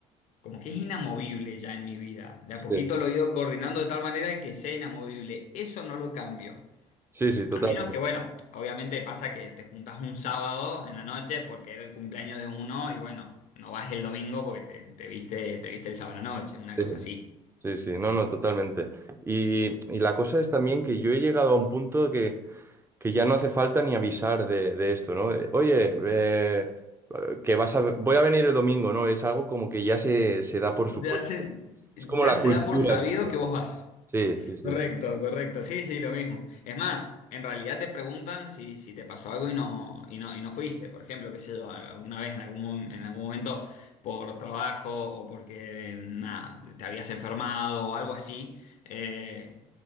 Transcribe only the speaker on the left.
como que es inamovible ya en mi vida. De
a poquito lo he ido coordinando de tal manera de que sea inamovible. Eso no lo cambio.
A menos que, bueno, obviamente pasa que te juntas un sábado en la noche porque era el cumpleaños de uno y bueno, no vas el domingo porque te, te viste, te viste el sábado a la noche, una
cosa así.
Ya se, ya
se
da por sabido que vos vas.
Correcto, correcto, sí, sí, lo mismo. Es más, en realidad te preguntan si, si te pasó algo y no, y no, y no fuiste. Por ejemplo, qué sé yo, alguna vez en algún, mom- en algún momento por trabajo o porque, eh, nada, te habías enfermado o algo así. eh,